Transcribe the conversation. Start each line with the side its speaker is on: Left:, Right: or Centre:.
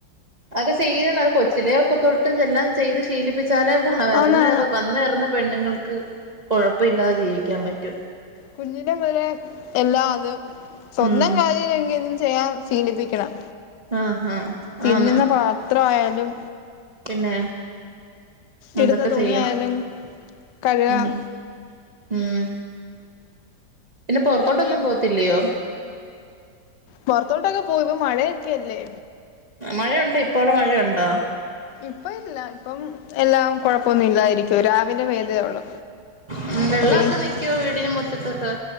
Right: അതൊക്കെ ശീലാണ് കൊച്ചിലെ തൊട്ട് എല്ലാം ചെയ്ത് ശീലപ്പിച്ച്. ച്ചാലെ വരുന്ന
Left: ആന്നാണ്
Right: കേർ വന്നു കേറുന്ന പെണ്ണുങ്ങക്ക് കൊഴപ്പ ഇല്ലാതെ ജീവിക്കാൻ പറ്റു.
Left: കുഞ്ഞിലെ മുതലേ എല്ലാ അത് സ്വന്തം
Right: ഉം
Left: കാര്യയിലെങ്കിലും ചെയ്യാൻ. ശീലിപ്പിക്കണം
Right: ആഹ് ആഹ്
Left: തിന്നുന്ന
Right: ആന്ന്
Left: പാത്ര ആയാലും.
Right: പിന്നെ.
Left: ഇടുന്ന
Right: അതൊക്കെ
Left: തുണിയായാലും
Right: ചെയ്യണം
Left: കഴുകാൻ
Right: ഉം ഉം. പിന്നെ പൊർത്തോട്ടൊന്നും
Left: അല്ലെങ്കിൽ
Right: പോവത്തില്ലയോ?
Left: പൊർത്തോട്ടൊക്കെ പോവും ഇപ്പോ മഴയൊക്കെല്ലേ.
Right: മഴയുണ്ടോ ഇപ്പൊ അവ്ടെ മഴയുണ്ടോ?
Left: ഇപ്പ ഇല്ല ഇപ്പം എല്ലാം കൊഴപ്പൊന്നും ഇല്ലായിരിക്കും. രവിലെ പെയ്തേ ഉള്ളൂ
Right: ഉം വെള്ളമൊക്കെ
Left: അപ്പൊ ഈ.
Right: നിക്കുവോ വീടിന് മുറ്റത്തൊക്കെ